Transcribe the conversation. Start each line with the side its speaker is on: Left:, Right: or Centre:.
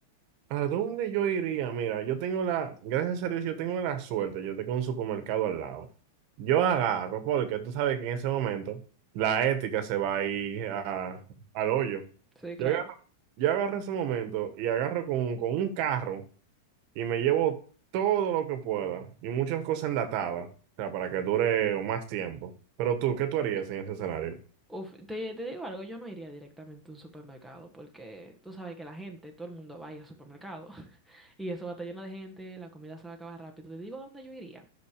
Right: ¿A dónde yo iría? Mira, yo tengo la, gracias a Dios, yo tengo la suerte, yo tengo un supermercado al lado. Yo agarro, porque tú sabes que en ese momento la ética se va a ir a- al hoyo.
Centre: Sí, claro.
Right: Yo agarro, yo agarro ese momento y agarro con, con un carro y me llevo todo lo que pueda y muchas cosas enlatadas, o sea, para que dure más tiempo. Pero tú, ¿qué tú harías en ese escenario?
Centre: Uf, te, te digo algo, yo no iría directamente a un supermercado porque tú sabes que la gente, todo el mundo va a ir al supermercado <laughs> y eso va a estar lleno de gente, la comida se va a acabar rápido. Te digo dónde yo iría,